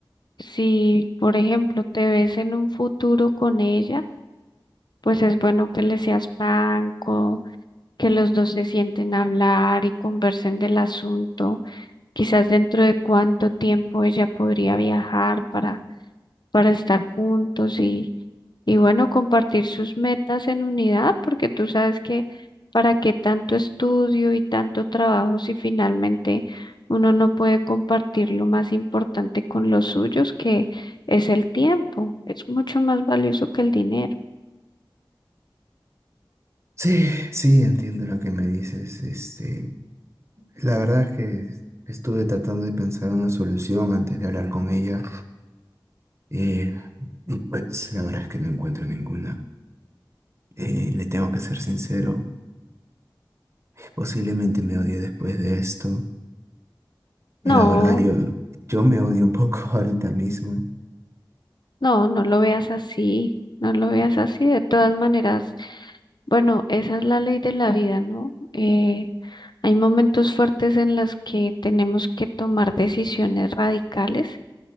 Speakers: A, on the left; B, on the right.
A: si, por ejemplo, te ves en un futuro con ella, pues es bueno que le seas franco que los dos se sienten a hablar y conversen del asunto, quizás dentro de cuánto tiempo ella podría viajar para, para estar juntos y, y bueno, compartir sus metas en unidad, porque tú sabes que para qué tanto estudio y tanto trabajo si finalmente uno no puede compartir lo más importante con los suyos, que es el tiempo, es mucho más valioso que el dinero.
B: Sí, sí, entiendo lo que me dices. Este, la verdad es que estuve tratando de pensar una solución antes de hablar con ella. eh, y pues la verdad es que no encuentro ninguna. Eh, le tengo que ser sincero, posiblemente me odie después de esto.
A: No.
B: Eh, La verdad, yo, yo me odio un poco <laughs> ahorita mismo.
A: No, no lo veas así, no lo veas así. De todas maneras, bueno, esa es la ley de la vida, ¿no? Eh, hay momentos fuertes en las que tenemos que tomar decisiones radicales